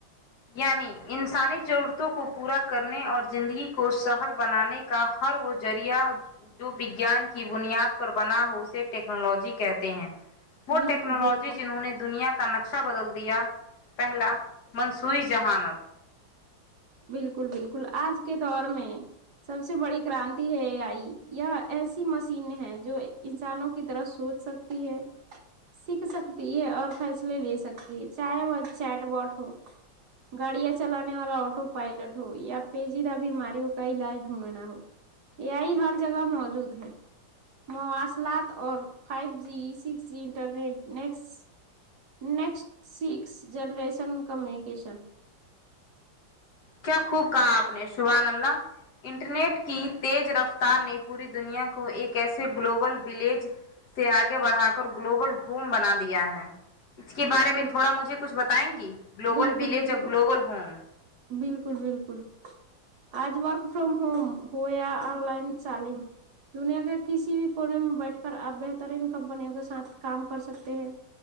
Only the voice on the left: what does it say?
یعنی انسانی ضرورتوں کو پورا کرنے اور زندگی کو سہل بنانے کا ہر وہ ذریعہ جو وگیان کی بنیاد پر بنا ہو اسے ٹیکنالوجی کہتے ہیں وہ
ٹیکنالوجی
جنہوں نے دنیا کا نقشہ بدل دیا پہلا سوئی جہانت
کیا خوب کہا آپ نے سبحان اللہ انٹرنیٹ کی تیز رفتار نے پوری دنیا کو ایک ایسے گلوبل ولیج سے آگے بڑھا کر گلوبل ہوم بنا دیا ہے اس کے
بارے میں تھوڑا مجھے کچھ بتائیں گی گلوبل
ولیج
اور گلوبل ہوم